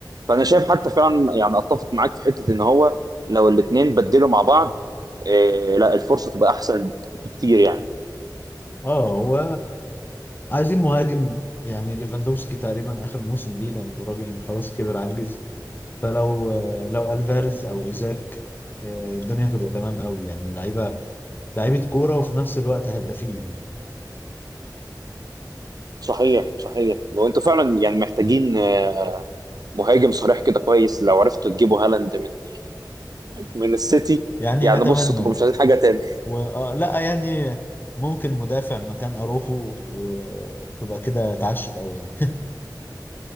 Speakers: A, on the right (about 60°); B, on the left (about 25°).
A: فانا شايف حتى فعلا يعني اتفق معاك في حته ان هو لو الاثنين بدلوا مع بعض آه، لا الفرصه تبقى احسن بكتير يعني
B: اه هو عايزين مهاجم يعني ليفاندوفسكي تقريبا اخر موسم ليه لانه راجل خلاص كبر عجز فلو لو الفاريز او ايزاك آه، الدنيا هتبقى تمام قوي يعني لعيبه لعيبه كوره وفي نفس الوقت هدافين يعني
A: صحيح صحيح وانتوا فعلا يعني محتاجين آه، مهاجم صريح كده كويس لو عرفتوا تجيبوا هالاند من <laughs> من السيتي
B: يعني
A: يعني
B: نتمنى
A: بص تبقوا مش عايزين حاجه تاني
B: و... آه لا يعني ممكن مدافع مكان اروخو وتبقى كده اتعشت قوي يعني